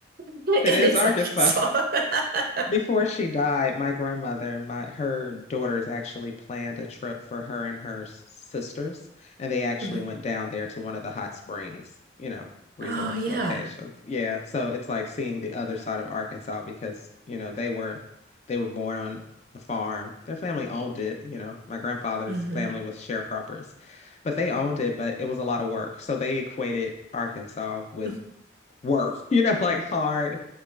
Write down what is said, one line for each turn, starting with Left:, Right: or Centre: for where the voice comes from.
Right: <laughs> It
Left: It is
Right: is
Left: Arkansas.
Right: Arkansas. <laughs>
Left: Before she died, my grandmother, my her daughters actually planned a trip for her and her s- sisters, and they actually
Right: Mhm.
Left: went down there to one of the hot springs, you know, resorts
Right: Oh yeah.
Left: locations. Yeah, so it's like seeing the other side of Arkansas because, you know, they were they were born on the farm. Their family owned it, you know. My grandfather's
Right: hmm
Left: family was sharecroppers, but they owned it, but it was a lot of work. So they equated Arkansas with
Right: <laughs>
Left: work, <laughs> you know, like hard